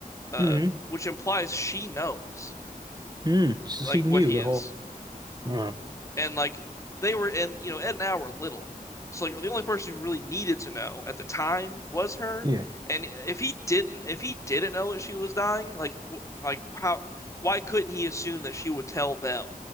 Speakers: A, on the left; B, on the right.
A: Uh,
B: Mm-hmm.
A: which implies she knows
B: Mm. So
A: like
B: she knew
A: what he
B: the
A: is.
B: whole. Uh,
A: and like they were and you know Ed and Al were little, so like the only person who really needed to know at the time was her.
B: yeah.
A: And if he didn't, if he didn't know that she was dying, like w- like how why couldn't he assume that she would tell them